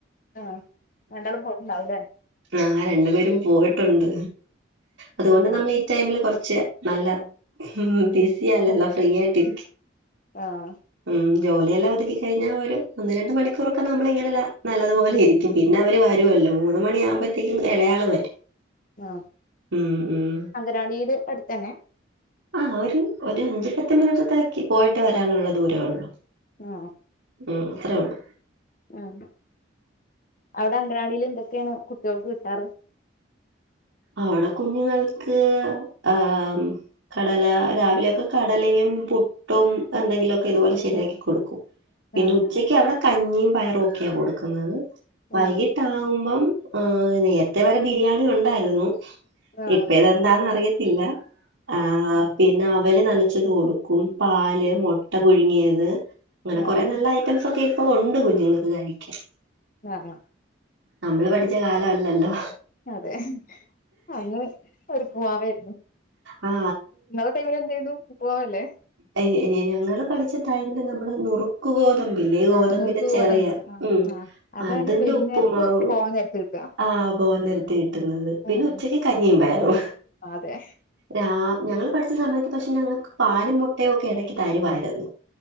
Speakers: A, on the left (about 45°); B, on the right (about 80°).
A: ആഹ് രണ്ടളം പോയിട്ട്ണ്ടാവുലെ?
B: ആഹ് രണ്ടു പേരും പോയിട്ടുണ്ട് അതുകൊണ്ട്
A: ആ
B: നമ്മൾ ഈ ടൈമില് കൊറച്ച് നല്ല ബിസിയല്ലല്ലോ ഫ്രീ ആയിട്ടിരിക്കും
A: ആഹ്
B: ഉം ജോലിയെല്ലാം ഒതുക്കി കഴിഞ്ഞാൽ ഒരു ഒന്ന് രണ്ട് മണിക്കൂറൊക്കെ നമ്മള് ഇങ്ങനെല്ല നല്ലതുപോലെ ഇരിക്കും പിന്നെ അവര് വരുമല്ലോ മൂന്ന് മണിയ ആകുമ്പോഴത്തേക്കും ഇളയാള് വരും
A: ആഹ്
B: ഉം ഉം
A: അങ്കനവാടിയുടെ അടുത്തന്നെ
B: ആഹ് ഒരു ഒരു അഞ്ചു പത്ത് മിനിറ്റത്താക്കി പോയിട്ട് വരാനുള്ള ദൂരേ ഉള്ളു
A: ആഹ്
B: ഉം അത്രയുള്ളൂ
A: ആഹ് അവിടെ അംഗനവാടില് എന്തൊക്കെയാണ് കുട്ടികൾക്ക് കിട്ടാറ്?
B: അവിടെ കുഞ്ഞുങ്ങൾക്ക് ആഹ് കടല രാവിലെയൊക്കെ കടലയും പു ട്ടും എന്തെങ്കിലൊക്കെ ഇതുപോലെ ശരിയാക്കി കൊടുക്കും പിന്നെ
A: ആഹ്
B: ഉച്ചക്ക് അവിടെ കഞ്ഞിയും പയറും ഒക്കെയ കൊടുക്കുന്നത് വൈകിട്ടാകുമ്പം
A: ആഹ്
B: നേരത്തെ വരെ ബിരിയാണി ഉണ്ടായിരുന്നു
A: ആഹ്
B: ഇപ്പ ഇതെന്താന്നറിയത്തില്ല ആഹ് പിന്നെ അവല് നനച്ച് തോടും ക്കും പാല് മുട്ട പുഴുങ്ങിയത് അങ്ങനെ കുറെ
A: ആഹ്
B: നല്ല ഐറ്റംസ് ഒക്കെ പ്പൊ ഉണ്ട് കുഞ്ഞുങ്ങൾക്ക് കഴിക്കൻ
A: ആഹ് ആഹ്
B: നമ്മള് പഠിച്ച കാല അല്ലല്ലോ
A: അതെ അന്ന് ഒരു പൂവാവ ആയിരുന്നു
B: ആ
A: നിങ്ങെള ടൈമിൽ എന്തായു ന്നു പൂവാവല്ലേ
B: അ ഞങ്ങള് പഠിച്ച ടൈമില് നമ്മള് നുറു ക്ക് ഗോതമ്പല്ലേ ഗോതമ്പിന്റെ
A: ആഹ് നുറുക്ക്
B: ചെറിയാ
A: ഗോതമ്പ് ആഹ്
B: ഉം
A: ആഹ് അതാണ്
B: അതിന്റെ
A: വൈകുന്നേരത്ത്
B: ഉപ്പുമാവ്
A: പോവാൻ നേരത്ത് കിട്ടുക
B: ആഹ് പോകൻ നേരത്ത് കിട്ടുന്നത് പിന്നെ
A: ഉം
B: ഉച്ചക്ക് കഞ്ഞിയും പയറും
A: അതെ
B: രാ ഞങ്ങള് പഠിച്ച സമയത്ത് പക്ഷെ ഞങ്ങക്ക് പാലും മുട്ടയും ഒക്കെ ഇടക്ക് തരുവായിരുന്നു